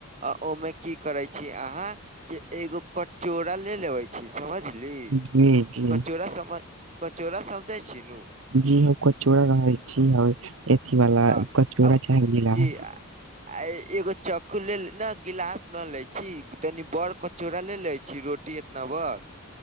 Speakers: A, on the right; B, on the right.
A: आ ओमे की करेय छी अहा के एगो कचोरा ले लेवे। छी समझली
B: जी जी
A: कचोड़ा समझ कचोड़ा समझैय छी नु।
B: जी ह कचोड़ा रहैय छी ह अथी वाल
A: हँ
B: कचोड़ा
A: आब
B: चाहे गिलास।
A: जी आ आ एगो चक्कू ल ने गिलास न ले छी तनि बड़ कचोड़ा ले ले छी रोट। रोटी एना बर।